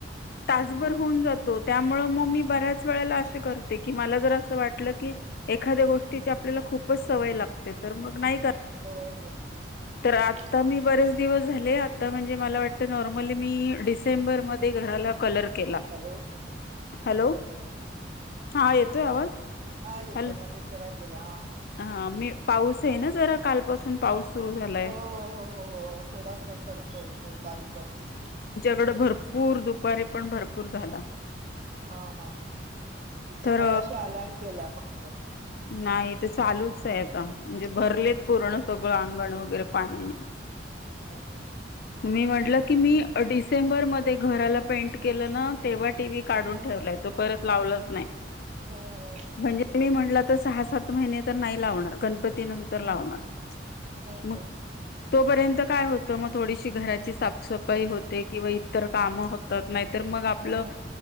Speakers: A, on the left; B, on the right.
A: तासभर होऊन जातो. त्यामुळे मी
B: हो,
A: बऱ्याच वेळेला. अशी करते की मला जर असं वाटलं की एखादी गोष्टीचे आपल्याला खूपच सवय लागते तर मग नाही.
B: हो. हं, हं,
A: तर
B: हं.
A: आता मी बरेच. दिवस झाले आता म्हणजे मला वाटत नॉर्मली मी डिसेंबर मध्ये घराला. कलर केला.
B: हॅलो,
A: हॅलो हा येतोय आवाज?
B: हा येतो
A: हॅलो
B: मध्ये जरा गेला हा.
A: हा मी पाऊस आहे ना जरा कालपासून पाऊस. सुरू झालाय.
B: हो हो हो हो हो थोडासा पडतोय इथ बारीक बारीक
A: कड भरपूर दुपारी पण भरपूर झाला.
B: हा हा हा तथे
A: तर
B: मगाशी आला आणि गेला फक्त.
A: नाही इथ चालूच आहे आता. म्हणजे भरलेत
B: हं,
A: पूर्ण सगळं अंगण वगैरे पाण्याने.
B: बर.
A: मी म्हटलं की मी डिसेंबर मध्ये घराला पेंट केलं ना तेव्हा. टीव्ही काढून
B: हं, हं,
A: ठेवलाय तो परत लावलाच नाही.
B: हं, हं, हं,
A: म्हणजे मी म्हणलं. सहा, सात महिने तर नाही लावणार गणपती. नंतर लावणार
B: हं, हं, हं, हं, हं.
A: तोपर्यंत काय होते. तर मग थोडीशी घराची साफसफाई होते. किंवा इतर कामं होतात नाही तर मग आपलं.
B: हम्म